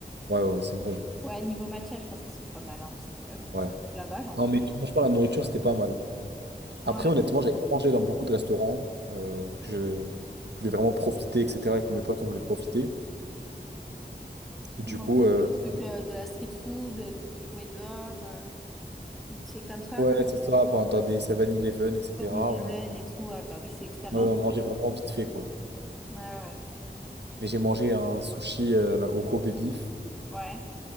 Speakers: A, on the right; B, in the centre.
A: Ouais, ouais, ouais, c'est bon.
B: Ouais, niveau matcha, je pense qu'ils sont pas mal, hein, parce que, bon,
A: Ouais.
B: ça coûte là-bas, j'ai envie
A: Non, mais
B: de...
A: tout- franchement, la nourriture, c'était pas mal. Après,
B: Ouais,
A: honnêtement, j'avais pas mangé dans beaucoup de restaurants, euh, vu que je, je voulais vraiment profiter, etc., et que mes potes, on voulait profiter. Du
B: manger
A: coup, euh,
B: des trucs, euh, de la street food, euh, que vous trouvez dehors, euh, tu sais, comme ça.
A: ouais, c'est ça, pendant- dans des 7-Eleven, etc.,
B: Vanille des
A: on
B: veines
A: a, ouais,
B: et tout, ouais, bah oui, c'est expérience.
A: on mangeait vraiment vite fait, quoi.
B: Ouais, ouais,
A: Mais j'ai mangé un sushi euh, là, au Kobe Beef,
B: ouais.